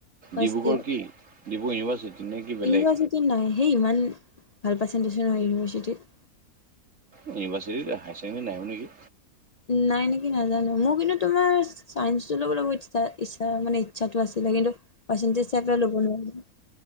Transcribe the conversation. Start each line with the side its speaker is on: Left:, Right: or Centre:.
Left: first
Right: Dibrugarh
Left: year
Right: কি ডিব্ৰুগ ইউনিভাৰ্চিটি? নে কি বেলেগ
Left: ইউনিভাৰ্চিটিত নাইয় সেই ইমান ভাল পাৰ্চেণ্টেজৰ নহয় ইউনিভাৰ্চিটিত।
Right: ইউনিভাৰ্চিট <inaudible> নেকি?
Left: নাই নেকি নাজানো মোৰ কিন্তু তোমাৰ চাইসটো ল'বলৈ মুত ই্ছ ইচ্ছা মানে ইচ্ছাটো আছিলে কিন্তু, পাচণ্টজ চেপেল ল'ব নোৱাৰিলোঁ,